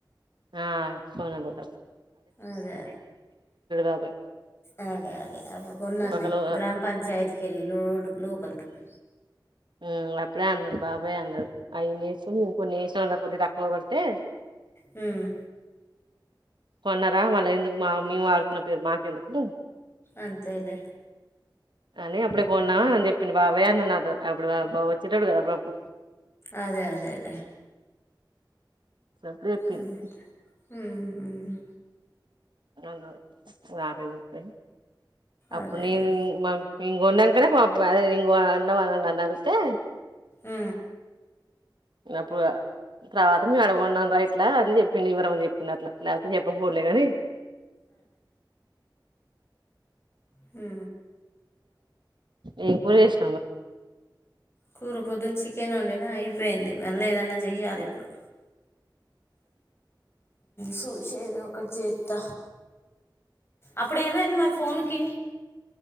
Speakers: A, on the right; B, on the left.
A: ఆ సోన బుద
B: అదే
A: బాబాయ్
B: అదే అదే అప్పుడు కొన్నార్లే
A: ఒకలు
B: గ్రామ పంచాయతీకెళ్ళి రోడ్డు లోపలికి వె
A: హ్మ్ అప్పుడే అన్నాడు బాబాయే అన్నాడు అవి నేసుకొని కొన్ని ఏసిన రా కొద్ది తక్కువ పడితే
B: హ్మ్
A: కొన్నార మళ్ళా ఎందుకు మా మేం వాడుకున్న పేరు మాకెందుకు
B: అంతేలే
A: కానీ అప్పుడే కొన నా చెప్పిండు బాబాయే అ నాతో అప్పుడు బ వ ట్టాడు కదా అప్పుడప్పుడు
B: అదే అదేలేే
A: అప్పుడు చెప్పిండు
B: హ్మ్ హ్మ్ హ్మ్
A: నందరు నాకేం తెలుసు అప్పుడు
B: అదేలే
A: నేను ఉ మా మేం కొన్నాకనే మాక్ అదే ఉన్నాన్న అడిగితే
B: ఉ
A: అప్పుడ తర్వాత మేము అడగోన్నాం రా ఇట్లా అని చెప్పి వివరంమని చెప్పింది అట్లా లేకపోతే చెప్పంపోవులే కని
B: హు
A: ఎం కూర చేసినవ్
B: కూర పొద్దున చి కేన్ వండిన అయిపోయింది మళ్ళీ ఏదన్నా చెయాలి ఇప్పుడు సూషి ఏదో ఒకటి జే త్త అప్పుడు ఏమైంది మరి ఫోన్ కే